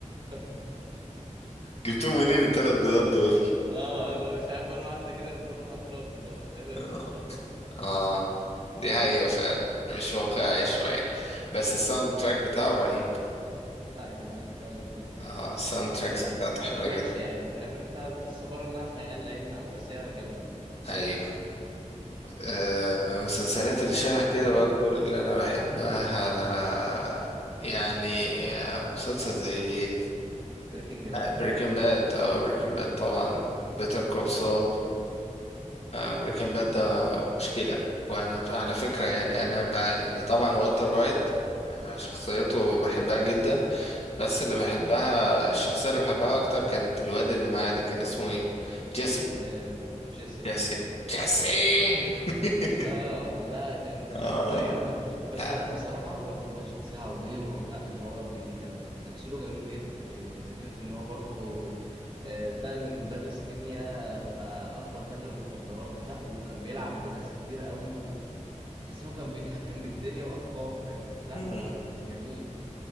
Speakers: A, on the right (about 40°); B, on the left (about 55°).
A: <laughs>
B: جبتهم منين التلات بيضات دول
A: اه لو مش عارف مره واحده كده لقيتها طالعه بطلب بيضات لا اله
B: اه
A: الا الله
B: آه، دي حقيقة فعلا مش واقعي شوية بس الساوند تراك بتاعه رهيب
A: لا جميل فعلا جدا
B: اه الساوند
A: وهي
B: تراكس
A: القصة
B: بتاعته حلوة
A: مش وحشة
B: جدا
A: يعني فاهم انت القصة بره انها خيال علمي او بس هي جميلة
B: ايوه آه،
A: فاهم
B: المسلسلات اللي شبه كده برضو
A: <coughs>
B: اللي انا بحبها يعني آه، مسلسل زي
A: <clears throat> بريكنج باد
B: بريكنج
A: ايه رأيك فيه؟
B: باد اه بريكنج باد طبعا بيتر كول سول بريكنج باد ده مشكلة وأنا ب- على فكرة يعني أنا ب... يعني طبعا والتر وايت آه، شخصيته
A: مم.
B: بحبها جدا بس اللي بحبها
A: مم.
B: الشخصية اللي بحبها أكتر كانت الواد اللي معايا ده كان اسمه إيه؟ جيسي
A: آه جيسي
B: جيسي
A: اه
B: جيسي <laughs>
A: آه، لا كان
B: آه
A: حرفيا لا بس
B: لا
A: لا بصراحة والتر وايت شخصية عظيمة لا اللي هو بي كان تمثيله جميل جدا يعني فكرة ان هو برضه آه، اتنقل من مدرس كيمياء لبقى اكبر تاجر مخدرات لا وكان بيلعب بناس كتير قوي وتحس انه كان بيتحكم بالدنيا بافكاره فاهم لا
B: مم.
A: هو كان جميل